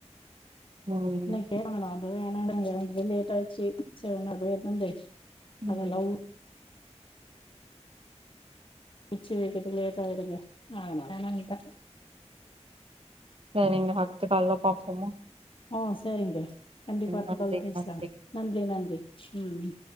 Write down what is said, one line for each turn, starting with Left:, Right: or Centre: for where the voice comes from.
Right: ம்
Left: இன்னைக்கு தேட வேண்டா ஆந்த இத வேண்டானு நா எந்துதே லேட் ஆச்சு சேர் நா போய் எத்துனு வந்து
Right: ம்
Left: அதலா பிச்சு வேக்கதுகே லேட் ஆயுடுங்க ஆ <unintelligible> நா நேநப
Right: சேரிங்க அடுத்த கால்ல பாத்துக்கலாங்க
Left: ஹ செரிங்க கண்டிப்பா அடுத்து
Right: நன்றி
Left: கால்ல பேசலாங்க
Right: நன்றி
Left: நன்றி நன்றி உம் உம்